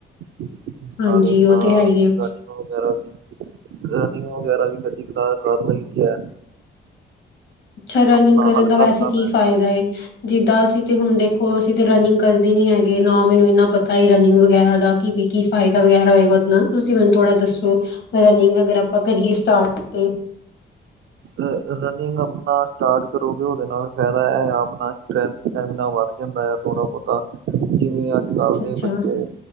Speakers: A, on the right (about 75°); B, on the left (about 70°).
A: ਨਾਲੇ
B: ਹਾਂਜੀ
A: ਆਪਣਾ
B: ਉਹ ਤੇ ਹੈ ਹੀ ਹੈ
A: ਰਨਿੰਗ ਵਗੈਰਾ ਵੀ ਰਨਿੰਗ ਵਗੈਰਾ ਵੀ ਕਦੀ ਤਾਂ ਕਰ ਲਈ ਦੀ ਹੈ
B: ਅੱਛਾ ਰਨਿੰਗ
A: ਆਪਣਾ
B: ਕਰਨ
A: ਹਲਕਾ
B: ਦਾ ਵੈਸੇ
A: ਹਲਕਾ
B: ਕੀ
A: ਮਹਿਸੂਸ
B: ਫ਼ਾਇਦਾ ਏ ਜਿੱਦਾਂ ਅਸੀਂ ਤੇ ਹੁਣ ਦੇਖੋ ਅਸੀਂ ਤੇ ਰਨਿੰਗ ਕਰਦੇ ਨੀ ਹੈਗੇ ਨਾ ਮੈਨੂੰ ਇੰਨਾ ਪਤਾ ਹੀ ਰਨਿੰਗ ਵਗੈਰਾ ਦਾ ਕਿ ਵੀ ਕੀ ਫਾਇਦਾ ਵਗੈਰਾ ਹੋਏਗਾ ਤੁਸੀਂ ਮੈਨੂੰ ਥੋੜਾ ਦੱਸੋ ਰਨਿੰਗ ਅਗਰ ਆਪਾਂ ਕਰੀਏ ਸਟਾਰਟ ਤੇ
A: ਹਾਂ ਰਨਿੰਗ ਆਪਣਾ ਸਟਾਰਟ ਕਰੋਗੇ ਉਹਦੇ ਨਾਲ ਫਾਇਦਾ ਇਹ ਆਪਣਾ ਸਟਰੈਂਥ ਸਟੈਮੀਨਾ ਵੱਧ ਜਾਂਦਾ ਹੈ ਨਾ ਪਤਾ ਕਿਵੇਂ ਅੱਜ ਕੱਲ
B: ਅੱਛਾ
A: ਦੇ
B: ਅੱਛਾ
A: ਬੱਚੇ